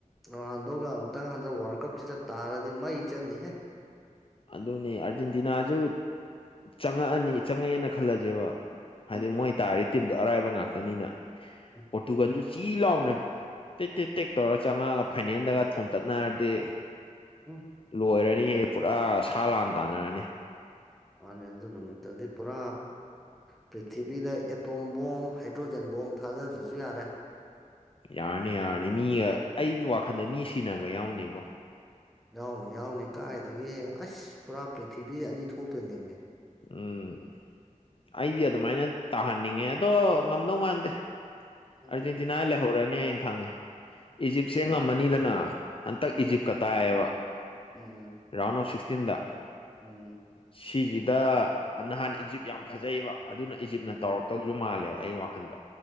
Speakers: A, in the centre; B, on the left.
A: ꯔꯣꯅꯥꯜꯗꯣꯒ ꯑꯃꯨꯛꯇꯪ ꯍꯟꯊꯕ ꯋꯥꯔ ꯇꯥꯡꯀꯛꯁꯤꯤꯗ ꯇꯥꯔꯗꯤ ꯃꯩ ꯆꯟꯅꯤꯍꯦ
B: ꯑꯗꯨꯅꯦ ꯑꯥꯔꯖꯦꯟꯇꯤꯅꯥꯁꯨ ꯆꯪꯉꯛꯑꯅꯤ ꯆꯪꯉꯛꯑꯦꯅ ꯈꯜꯂꯁꯦꯕ ꯍꯥꯏꯗꯤ
A: ꯎꯝ
B: ꯃꯣꯏ ꯇꯥꯔꯤ ꯇꯤꯝꯗꯣ ꯑꯔꯥꯏꯕ ꯉꯥꯛꯇꯅꯤꯅ
A: ꯎꯝ
B: ꯄꯣꯔꯇꯨꯒꯥꯟꯁꯨ ꯆꯤ ꯂꯥꯎꯅ ꯇꯦꯛ ꯇꯦꯛ ꯇꯦꯛ ꯇꯧꯔ ꯆꯪꯉꯛꯒ ꯐꯥꯏꯅꯜꯗꯒ ꯊꯣꯝꯇꯠꯅꯔꯗꯤ
A: ꯎꯝ
B: ꯂꯣꯏꯔꯅꯤꯌꯦ ꯄꯨꯔꯥ ꯁꯥ ꯂꯥꯟ ꯇꯥꯟꯅꯔꯅꯤ
A: ꯅꯤ ꯑꯗꯨ ꯅꯨꯃꯤꯠꯇꯗꯤ ꯄꯨꯔꯥ ꯄ꯭ꯔꯤꯊꯤꯕꯤꯗ ꯑꯦꯇꯣꯝꯕꯕꯣꯝ ꯍꯥꯏꯗ꯭ꯔꯣꯖꯦꯟ ꯕꯣꯝ ꯊꯥꯗꯗ꯭ꯔꯁꯨ ꯌꯥꯔꯦ
B: ꯌꯥꯔꯅꯤ ꯌꯥꯔꯅꯤ ꯃꯤꯒ ꯑꯩꯗꯤ ꯋꯥꯈꯟꯗ ꯃꯤ ꯁꯤꯟꯅꯅꯕ ꯌꯥꯎꯅꯦꯕꯣ
A: ꯌꯥꯎꯅꯤ ꯌꯥꯎꯅꯤ ꯀꯥꯏꯒꯦ ꯑꯁ ꯄꯨꯔꯥ ꯄ꯭ꯔꯤꯊꯤꯕꯤ ꯑꯅꯤ ꯊꯣꯛꯇꯣꯏꯅꯦꯕꯅꯦ
B: ꯎꯝ ꯑꯩꯗꯤ ꯑꯗꯨꯃꯥꯏꯅ ꯇꯥꯍꯟꯅꯤꯡꯉꯦ ꯑꯗꯣ ꯉꯝꯗꯧ ꯃꯥꯟꯗꯦ
A: ꯎꯝ
B: ꯑꯔꯖꯦꯟꯇꯤꯅꯥ ꯂꯩꯍꯧꯔꯅꯤ ꯑꯌꯦꯡ ꯈꯪꯉꯦ ꯏꯖꯤꯞꯁꯦ
A: ꯑꯃ
B: ꯉꯝꯃꯅꯤꯗꯅ ꯍꯟꯇꯛ
A: ꯎꯝ
B: ꯏꯖꯤꯞꯀ ꯇꯥꯏꯌꯦꯕ
A: ꯎꯝ
B: ꯔꯥꯎꯟ ꯑꯣꯐ ꯁꯤꯛꯁ ꯐꯤꯐꯇꯤꯟꯗ
A: ꯎꯝ
B: ꯁꯤꯁꯤꯗ ꯅꯍꯥꯟ ꯏꯖꯤꯞ ꯌꯥꯝ ꯐꯖꯩꯕ ꯑꯗꯨꯅ ꯏꯖꯤꯞꯅ
A: ꯎꯝ
B: ꯇꯧꯔꯛꯇꯧꯁꯨ ꯃꯥꯜꯂꯦꯕ ꯑꯩꯒꯤ ꯋꯥꯈꯟꯗꯣ